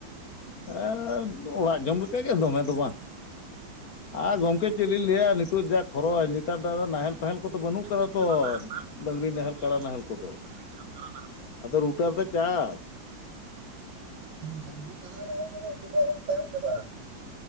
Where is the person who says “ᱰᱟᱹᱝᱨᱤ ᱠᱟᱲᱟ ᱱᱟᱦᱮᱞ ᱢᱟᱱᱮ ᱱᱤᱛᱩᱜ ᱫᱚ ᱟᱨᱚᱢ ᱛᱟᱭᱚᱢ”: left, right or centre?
Right